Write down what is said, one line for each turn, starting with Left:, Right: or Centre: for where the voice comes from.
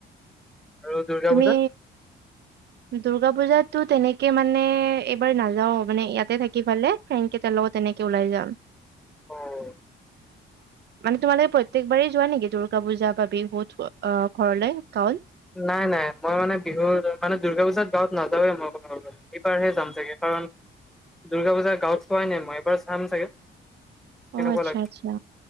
Centre: আৰু দুৰ্গা
Right: তুমি
Centre: পূজাত?
Right: দুৰ্গা পুজাতো তেনেকে মানে এইবাৰ নাযাওঁ মানে ইয়াতে থাকি ফালে ফ্ৰেনকেইটাৰ লগত এনেকে ওলাই যাম।
Centre: অ',
Right: মানে তোমালোকে প্ৰত্যেকবাৰেই যোৱা নেকি দুৰ্গা পূজা বা বিহুত অ, ঘৰলৈ গাঁৱত?
Centre: নাই - নাই, মই মানে বিহুৰ মানে দুৰ্গা পূজাত গাঁৱত নাযাওৱে মই কব গলে। এইবাৰহে যাম চাগে কাৰণ দুৰ্গা পূজা গাঁৱত চোৱাই নাই মই এইবাৰ চাম চাগে। কেনেকুৱা
Right: অ', আচ্ছা
Centre: লাগে।
Right: - আচ্ছা